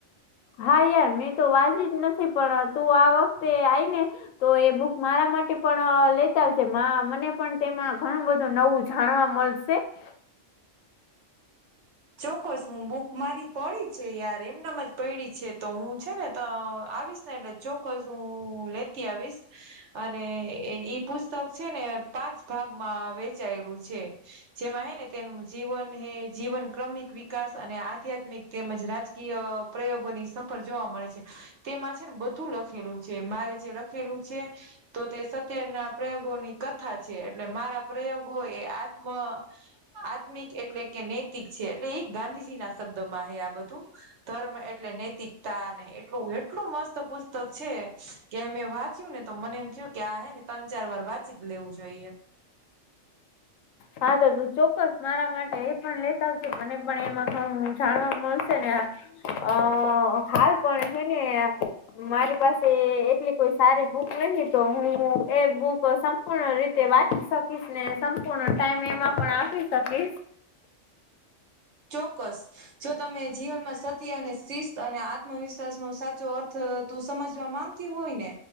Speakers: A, on the left; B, on the right.
A: હા, યાર, મેં તો વાંચી જ નથી, પણ તું આ વખતે આઈને તો એ બુક મારા માટે પણ લેતા આવજે. માં મને પણ, તેમાં ઘણું બધું નવું જાણવા મળશે. તે
B: ચોક્કસ, હું બુક મારી પડી છે, યાર. એમનામાં જ પાડી છે, તો હું છે ને, તો આવીશ. એટલે ચોક્કસ હું લેતી આવીશ. અને ઈ પુસ્તક, છે ને, પાંચ ભાગમાં વેચાયેલું છે. જેમાં, હે ને, તેનું જીવન, હે, જીવન ક્રમિક વિકાસ અને આધ્યાત્મિક તેમજ રાજકીય પ્રયોગોની સફળ જોવા મળે છે. તેમાં, છે ને, બધું લખેલું છે. મારે જે લખેલું છે તો તે સત્યના પ્રયોગોની કથા છે, એટલે મારા પ્રયોગો એ આત્મ આધ્યાત્મિક, એટલે કે નૈતિક, છે. એટલે એ ગાંધીજી ના શબ્દોમાં, હે, આ બધું. ધર્મ એટલે નૈતિકતા ને એટલું એટલું મસ્ત પુસ્તક છે કે અમેં વાંચ્યું ને, તો મને એમ થયું કે, આ, હે ને, ત્રણ-ચાર વાર વાંચી જ લેવું જોઈએ.
A: હા, તો તું ચોક્કસ મારા માટે એ પણ લેતા આવજે. મને પણ એમાં જાણવા મળશે ને. અ હાલ પણ છે, હે ને. મારી પાસે એટલી કોઈ સારી બુક નહી, તો હું એ બુક સમ સંપૂર્ણ રીતે વાંચી શકીશ ને, સંપૂર્ણ ટાઈમ એમાં પણ આપી શકીશ.
B: ચોક્કસ. જો તમે જીવનમાં સત્ય, અને શિસ્ત અને આત્મવિશ્વાસ નો સાચો અર્થ, તું સમજવા માંગ તી હોય ને